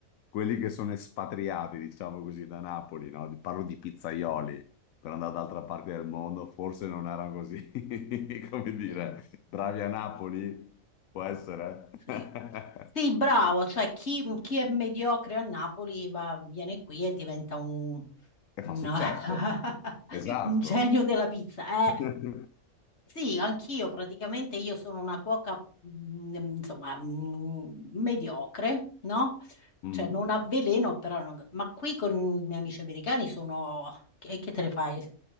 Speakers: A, on the left (about 70°); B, on the left (about 50°).
A: quelli che sono espatriati, diciamo così, da Napoli, no? Parlo di pizzaioli per andare d'altra parte del mondo, forse non erano così, <laughs> come dire,
B: sì,
A: bravi a Napoli, può essere.
B: sì.
A: <laughs>
B: Sì, bravo, cioè chi, chi è mediocre a Napoli va, viene qui e diventa un,
A: E
B: un,
A: fa successo.
B: <laughs>
A: Esatto.
B: un genio della pizza,
A: <laughs>
B: eh. Sì, anch'io praticamente io sono una cuoca, mm, insomma, mm, mediocre, no?
A: Mm.
B: Cioè non avveleno, però non- Ma qui con i miei amici americani sono... Che, che te ne fai?